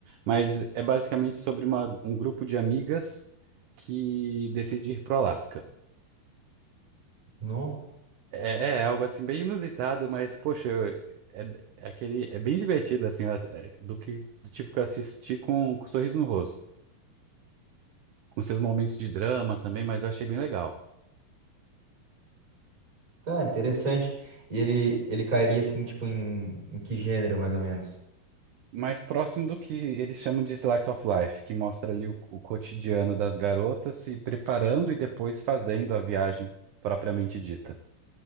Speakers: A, on the right; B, on the right.
A: mas é basicamente sobre uma, um grupo de amigas que decide ir pro Alasca.
B: Não?
A: É, é algo assim bem inusitado, mas poxa, eu- é, é aquele é bem divertido assim, as- é, do que do tipo que eu assisti com, com sorriso no rosto, com seus momentos de drama também, mas eu achei bem legal.
B: Cara, interessante. E ele, ele cairia assim, tipo, em, em que gênero, mais ou menos?
A: mais próximo do que eles chamam de slice of life, que mostra ali o, o cotidiano das garotas se preparando e depois fazendo a viagem propriamente dita.